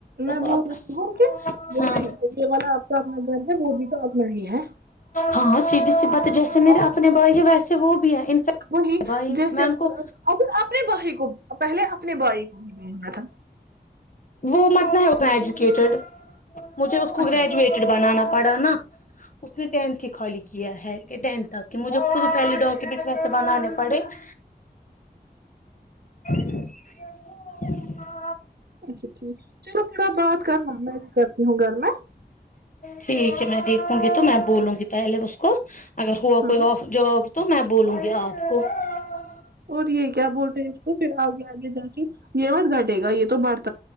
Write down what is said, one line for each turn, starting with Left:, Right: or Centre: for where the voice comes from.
Right: میں
Left: واپس
Right: بول رہی ہوں کی جیسے
Left: ہاں
Right: یہی والا آپ کا اپنا گھر ہے وہ بھی تو اپنا ہی ہے
Left: ہاں سیدھی سی بات ہے جیسے میرے
Right: اور
Left: اپنے بھائی ہے ویسے وہ بھی ہے انفیکٹ
Right: وہی
Left: بھائی
Right: جیسے
Left: میں ان
Right: اگر
Left: کو
Right: اگر اپنے بھی کو پہلے اپنے بھائی کو ہی بھیجنا تھا <unintelligible>
Left: وہ مت نہ ہے اتنا ایجوکیٹیڈ <unintelligible> مجھے اس کو
Right: اچھا
Left: گریجویٹڈ
Right: اچھا
Left: بنانا پڑا نا <unintelligible> اس <unintelligible> اس نے ٹینتھ ہی خالی کیا ہے <unintelligible> ٹینھ تک کہ مجھے خود پہلے ڈاکیومنٹس ویسے بنانے پڑے <unintelligible> <inaudible> <unintelligible>
Right: اچھا ٹھ چلو پھر آپ بات کرنا میں بی کر <unintelligible> کرتی ہوں گھر میں <unintelligible>
Left: ٹھیک ہے میں دیکھوں گی تو میں بولوں گی پہلے اس کو <unintelligible> اگر ہوا
Right: ہاں
Left: کوئی آف جوب <unintelligible> تو میں بولوں گی آپ کو <unintelligible>
Right: اور یہ کیا بولتے ہیں اس کو پھر آگے آگے جا کے <unintelligible> یہ مت گھٹے گا یہ تو بڑھ <unintelligible>